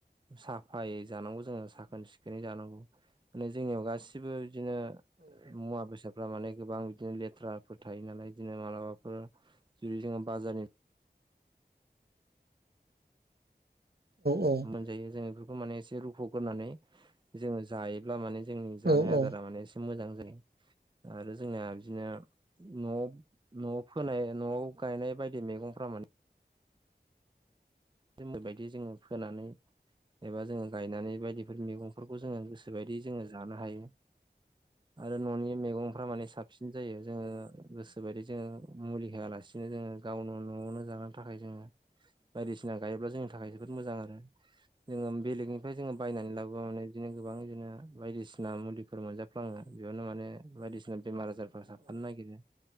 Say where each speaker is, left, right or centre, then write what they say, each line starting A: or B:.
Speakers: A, on the right; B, on the right.
A: साफायै जानांगौ जोङो साखोन सिखोनै जानांगौ माने जोंनियाव गासिबो बिदिनो मुवा बेसाद फ्रा माने गोबां बिदिनो लेथ्राफोर थायो नालाय बिदिनो मालाबाफोर जुदि जोङो बाजारनि
B: औ ओं
A: मोनजायो जों बेफोरखौ माने एसे रुख'ग्रानै जोङो जायोब्ला माने जोंनि जानाय
B: औ औ
A: आदारा
B: औ
A: माने एसे मोजां जायो आरो जोंना बिदिनो न'आव न'आव फोनाय न'आव गायनाय बायदि मैगंफ्रा माने जबायदि जोङो फोनानै एबा जोङो गायनानै बायदि बे मैगंफोरखौ जोङो गोसोबायदि जोङो जानो हायो आरो न'नि मैगंफ्रा माने साबसिन जायो जोङो गोसोबायदि जोङो मुलि होआलासिनो जोङो गावनो न'आवनो जानो थाखाय जोङो। बायदिसिना गायोब्ला जोंनि थाखाय जोबोद मोजां आरो जोङो बेलेगनिफ्राय जोङो बायनानै लाबो माने बिदिनो गोबां जोङो बिदिनो बायदिसिना मुलिफोर मोनजाफ्लाङो बेयावनो माने बायदिसिना बेमार आजारफ्रा साबफानो नागिरो